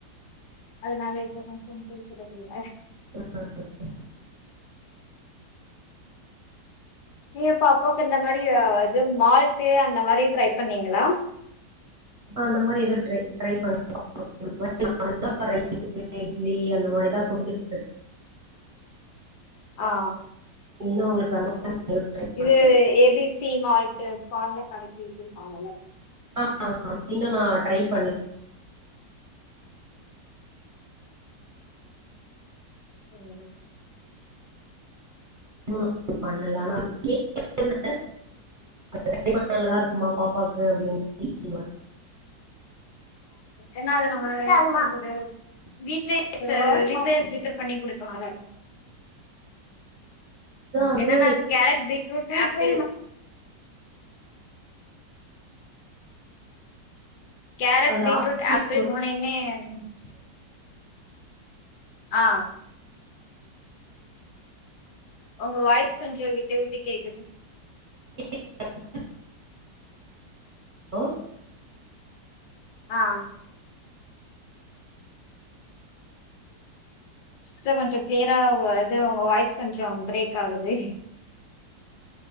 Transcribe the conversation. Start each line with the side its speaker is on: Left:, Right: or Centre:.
Left: அதுனால இப்ப கொஞ்சோ பேசுறதில்ல
Right: ம் ஆ <inaudible>
Left: நீங்க பாப்பாவுக்கு இந்த மாரி அ இது மால்ட்டு அந்த மாரி ட்ரை பண்ணீங்களா
Right: ஆ அந்த மாரி எது ட்ரை ட்ரை பண்ண <inaudible> ரைஸ்ஸு இட்லி அந்த மாரி தா குடுத்துட்ருக்
Left: ஆ
Right: இன்னு உங்களுக்கு அந்த மாரி ட்ரை
Left: இது
Right: பண்ணல
Left: ஏ பி சீ மால்ட்டு பால்ல கலக்கிட்டு பாங்கல்ல
Right: ஆ அ இன்னு நா ட்ரை பண்ணுல
Left: ஒ ஓ
Right: <inaudible> பண்ணல ஆனா அது கேட்டுகிட்டு இருந்தே அது ட்ரை பண்ண நல்லா இருக்குமா பாப்பாக்கு அப்டின்னு ஏ பி சி மால்
Left: என்னா அது நம்ம என்ன சொல்றது வீட்லயே செ வீட்லயே பிரிப்பர் பண்ணி குடுக்காலால்ல
Right: வந்து
Left: என்னன்னா கேரட் பீட்ரூட்டு கேரட்
Right: அது
Left: பீட்ரூட்
Right: ஆப்ஷன்
Left: ஆப்பிள் மூனையுமே மீக்ஸ் ஆ உங்க வாய்ஸ் கொஞ்சோ விட்டு விட்டு கேக்குது
Right: <inaudible> ஹலோ
Left: ஆ சிஸ்டர் கொஞ்சோ கிளியரா ஓ இது உங்க வாய்ஸ் கொஞ்சோ பிரேக் ஆகுது